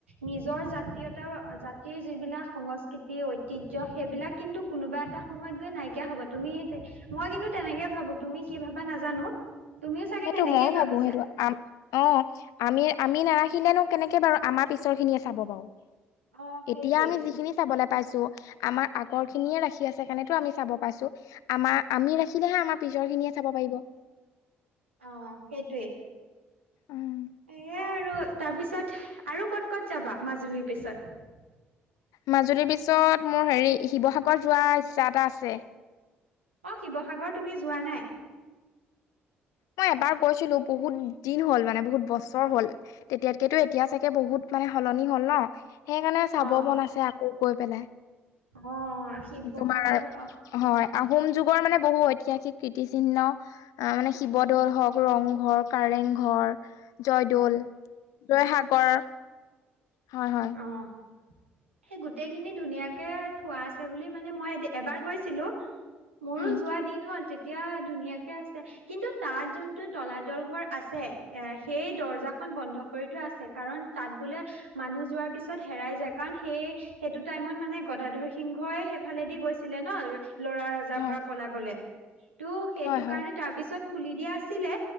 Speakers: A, on the right; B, on the left.
A: নিজৰ জাতীয়তা, জাতিৰ যি যিবিলাক সংস্কৃতি, ঐতিহ্য সেইবিলাক কিন্তু কোনোবা এটা সময়ত গৈ নাইকিয়া হ'ব, তুমি মই কিন্তু তেনেকে ভাবোঁ, তুমি কি ভাবা নাজানোঁ, তুমিও চাগে
B: সেইটো
A: তেনেকে
B: ময়ো ভাবো
A: ভাবিছাঁ।
B: সেইটো আম অ', আমি আমি নাৰাখিলেনো কেনেকে বাৰু আমাৰ পিছৰ খিনিয়ে চাব বাৰু
A: অ', সেইটোৱে
B: এতিয়া আমি যিখিনি চাবলে পাইছোঁ, আমাৰ আগৰ খিনিয়ে ৰাখি আছে সেইকাৰণেটো আমি চাব পাইছোঁ, আমাৰ আমি ৰাখিলেহে আমাৰ পিছৰ খিনিয়ে চাব পাৰিব
A: অ', সেইটোৱে
B: উম্',
A: এইয়া আৰু, তাৰপিছত আৰু ক'ত ক'ত যাবা মাজুলীৰ পিছত?
B: মাজুলীৰ পিছত মোৰ হেৰি শিৱসাগৰত যোৱা ইচ্ছা এটা আছে
A: অ', শিৱসাগৰ তুমি যোৱা নাই?
B: মই এবাৰ গৈছিলোঁ, বহুত দিন হ'ল মানে বহুত বছৰ হ'ল তেতিয়াতকেতো এতিয়া চাগে বহুত মানে সলনি হ'ল ন? সেইকাৰণে চাব
A: অ',
B: মন আছে আকৌ গৈ পেলাই
A: অ', আ শিৱসাগৰ
B: তোমাৰ
A: আ
B: হয় আহোম যুগৰ মানে বহু ঐতিহাসিক কীৰ্তিচিহ্ন, আহ মানে শিৱদৌল হওক, ৰংঘৰ কাৰেংঘৰ, জয়দৌল, জয়সাগৰ হয়', হয়।
A: অ'। সেই গোটেইখিনি ধুনীয়াকে থোৱা আছে বুলি মানে মই এবাৰ গৈছিলোঁ মোৰো
B: উম
A: যোৱা দিন হ'ল তেত য়া ধুনীয়াকে আছে কিন্তু তাত যোনটো তলাতল ঘৰ আছে, এ সেই দৰ্জাখন বন্ধ কৰি থোৱা আছে, কাৰণ তাত বোলে মানুহ যোৱাৰ পিছত হেৰাই যায়। কাৰণ সেই সেইটো টাইমত মানে গদাধৰ সিংহই সেইফালেদি গৈছিলে ন? ল'ৰা ৰজাৰ
B: হয়
A: পৰা পলাবলে। কিন্তু সেইটো
B: হয় হয়
A: কাৰণে তাৰ পিছত খুলি দিয়া আছিলে